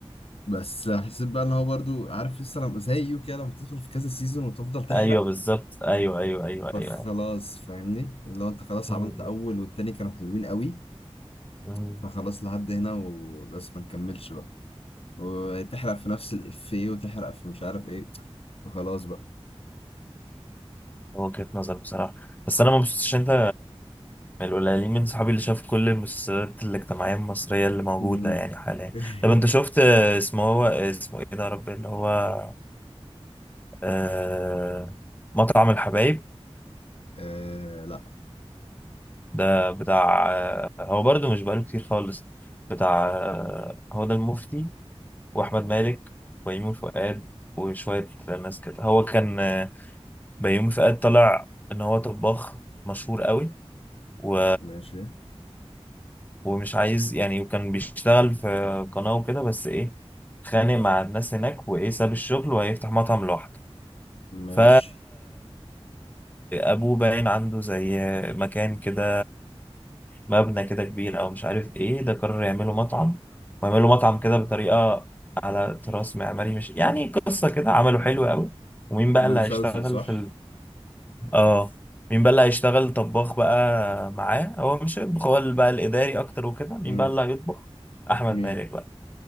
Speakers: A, on the left (about 65°); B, on the left (about 15°).
A: بس حسيت بقى ان هو برضو عارف لسه لما زي يو كده لما تدخل في كذا سيزون وتفضل تحرق
B: ايوه بالظبط ايوه ايوه ايوه
A: فخلاص
B: ايوه ايوه
A: فاهمني اللي هو انت خلاص
B: مم،
A: عملت اول والتاني كانوا حلوين قوي
B: مم.
A: فخلاص لحد هنا وبس ما نكملش بقى وتحرق في نفس الافيه وتحرق في مش عارف ايه فخلاص بقى
B: وجهة نظر بصراحة بس انا ما بصيتش انت من القليلين من صحابي اللي شاف كل المسلسلات الاجتماعية المصرية اللي موجودة
A: امم
B: يعني حاليا
A: <laughs>
B: طب انت شفت آه، اسمه هو اسمه ايه ده يا رب اللي هو آه مطعم الحبايب
A: آه لا
B: ده بتاع آه هو برضو مش بقاله كتير خالص بتاع آه هو ده المفتي واحمد مالك وبيومي فؤاد وشويه ناس كده هو كان آه، بيومي فؤاد طلع ان هو طباخ مشهور قوي و...
A: ماشي
B: ومش عايز يعني وكان بيشتغل في قناه وكده بس ايه خانق مع الناس هناك وايه ساب الشغل وهيفتح مطعم لوحده
A: ماشي
B: ف ابوه باين عنده زي مكان كده مبنى كده كبير او مش عارف ايه ده قرر يعمله مطعم ويعمله مطعم كده بطريقه على تراث معماري مش يعني قصه كده عمله حلو قوي ومين بقى
A: ده
B: اللي
A: مسلسل
B: هيشتغل
A: صح؟
B: في ال... اه مين بقى اللي هيشتغل طباخ بقى معاه هو مش هيطبخ هو اللي بقى الاداري اكتر وكده مين
A: امم
B: بقى اللي هيطبخ احمد
A: مين؟
B: مالك بقى